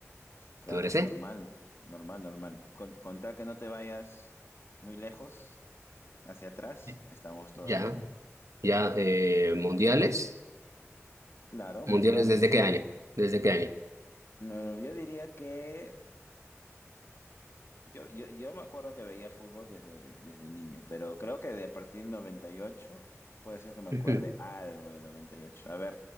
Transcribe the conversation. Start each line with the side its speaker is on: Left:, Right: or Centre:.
Left: Claro,
Right: ¿Te parece?
Left: normal, normal, normal. Con, con que no te vayas muy lejos, hacia atrás,
Right: Sí.
Left: estamos todo
Right: Ya,
Left: bien.
Right: ya. eh, mundiales.
Left: Claro,
Right: ¿Mundiales
Left: mundiales.
Right: desde qué año? ¿Desde qué año?
Left: Mm, yo diría que yo, yo, yo me acuerdo que veía fútbol desde, desde niño, pero creo que de a partir del 98, puede ser que me acuerde
Right: Ujú.
Left: algo del 98. A ver